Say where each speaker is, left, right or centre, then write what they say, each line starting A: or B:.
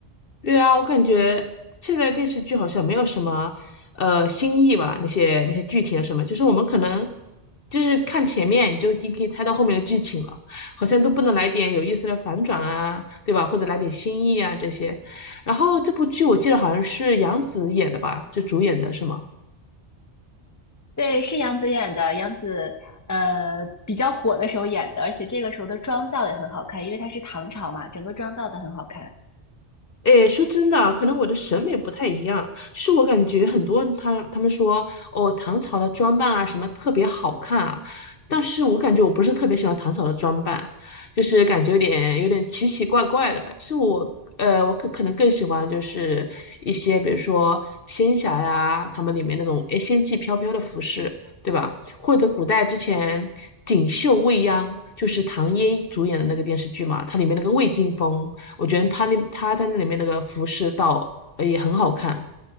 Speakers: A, on the left; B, on the left.
A: 对啊，我感觉现在电视剧好像没有什么呃新意吧，那些那些剧情啊什么，就是我们可能就是看前面你就已经可以猜到后面的剧情了，好像都不能来点有意思的反转啊，对吧？或者来点新意啊这些。然后这部剧我记得好像是杨紫演的吧，就主演的是吗？
B: 对，是杨紫演的，杨紫呃比较火的时候演的，而且这个时候的妆造也很好看，因为她是唐朝嘛，整个妆造都很好看。
A: 诶，说真的啊可能我的审美不太一样，就是我感觉很多人他他们说哦，唐朝的装扮啊什么特别好看啊，但是我感觉我不是特别喜欢唐朝的装扮，就是感觉有点有点奇奇怪怪的。就是我呃，我可可能更喜欢就是一些比如说仙侠呀，他们里面那种诶仙气飘飘的服饰，对吧？或者古代之前《锦绣未央》就是唐嫣主演的那个电视剧嘛，它里面那个魏晋风。我觉得他那他在那里面那个服饰倒呃也很好看，